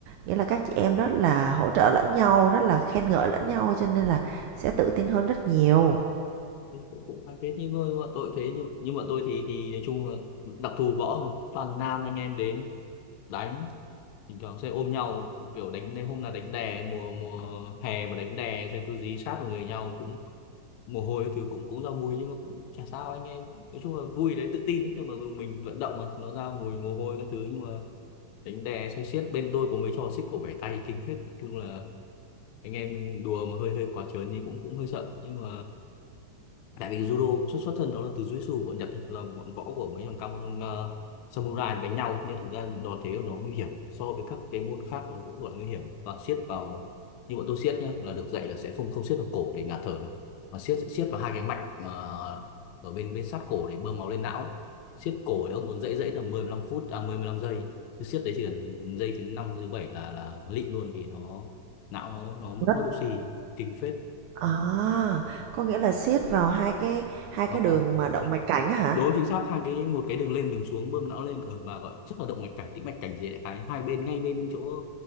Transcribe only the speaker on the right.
Nghĩa là các chị em rất là hỗ trợ lẫn nhau, rất là khen ngợi lẫn nhau cho nên là sẽ tự tin hơn rất nhiều.
Rất
à, có nghĩa là siết vào hai cái hai cái
đường
mà động mạch cảnh á hả?